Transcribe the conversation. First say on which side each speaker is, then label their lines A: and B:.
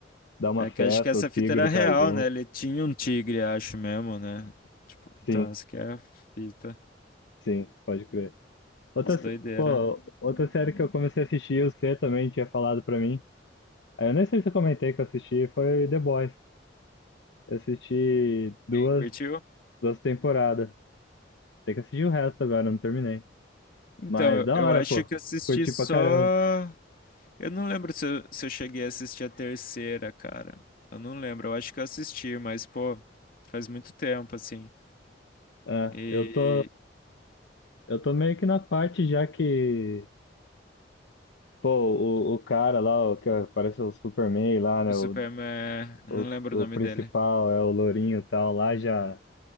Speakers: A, on the left; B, on the left.
A: dá uma
B: É
A: festa,
B: que acho que essa
A: o tigre
B: fita era real,
A: tá junto.
B: né? Ele tinha um tigre, acho mesmo, né? Tipo, então
A: Sim,
B: essa que é a fita.
A: sim, pode crer. Outra,
B: Umas
A: se-
B: doideiras,
A: pô,
B: né?
A: outra série que eu comecei a assistir, você também tinha falado pra mim. Aí eu nem sei se eu comentei que eu assisti, foi The Boys. Eu assisti duas,
B: Curtiu?
A: duas temporadas. Tem que assistir o resto agora, eu não terminei.
B: Então,
A: Mas
B: eu,
A: da
B: eu
A: hora,
B: acho
A: pô.
B: que eu assisti
A: Curti
B: só.
A: pra caramba.
B: Eu não lembro se eu, se eu cheguei a assistir a terceira, cara. Eu não lembro. Eu acho que eu assisti, mas, pô, faz muito tempo, assim.
A: É,
B: E
A: eu tô, eu tô meio que na parte já que, pô, o, o cara lá, o que parece o Superman lá, né?
B: O Superman,
A: O,
B: eu
A: o,
B: não lembro
A: o
B: o nome
A: principal
B: dele.
A: é o Lourinho e tal, lá já,